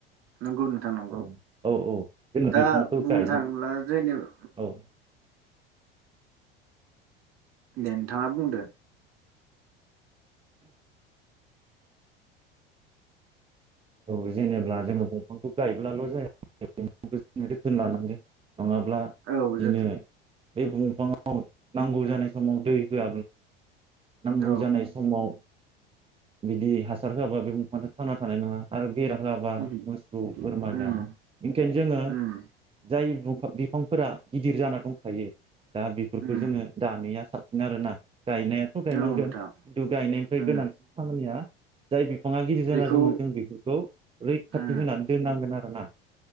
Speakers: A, on the right (about 45°); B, on the right (about 20°).
A: नंगौ नोंथां नंगौ
B: औ औ औ जोङो
A: दा
B: बिफांखौ
A: बुंनो
B: गायो
A: थाङोब्ला जेनेबा
B: औ
A: दे नोंथाङा बुंदो
B: औ जेनेब्ला जोङो दंफांखौ गायब्लाल' जाया जोथोन लानांगोन <unintelligible> नङाब्ला बिदिनो
A: औ जोथोन
B: बे दंफाङाव नांगौ जानाय समाव दै नांगौ
A: औ
B: जानाय समाव बिदि हासार होआबा बे बिफाङाथ' थांना थानाय नङा आरो बेरा होआबा
A: उम
B: मोसौ बोरमा
A: उम
B: जागोन बेनिखायनो जोङो
A: उम
B: जाय बिफांफोरा गिदिर जाना दंखायो दा बेफोरखौ
A: उम
B: जोङो दानिया सा आरोना गायनायाथ' गायनांगोन
A: औ नोंथां
B: खिन्थु गायनायनिफ्राय
A: उम
B: गोनांसिन या जाय बिफां बिफाङा गिदिर जाना
A: बेखौ
B: दंमोन जों बेफोरखौ रैखाथि
A: उम
B: होनानै दोननांगोन आरोना